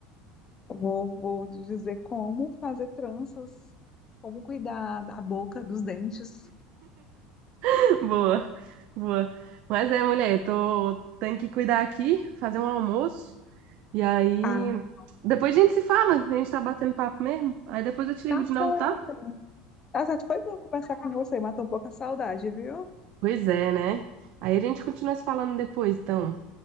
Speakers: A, on the left (about 25°); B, on the right (about 55°).
A: vou, vou dizer como fazer tranças, como cuidar da boca, dos dentes.
B: <laughs> Boa, boa. Mas é, mulher, tô. Tenho que cuidar aqui, fazer um almoço. E aí,
A: Ah,
B: depois a gente se fala, a gente tá batendo papo mesmo. Aí depois eu te ligo
A: tá
B: de
A: certo.
B: novo, tá?
A: Tá certo, foi bom conversar com você, matou um pouco a saudade, viu?
B: Pois é, né? Aí a gente continua se falando depois, então.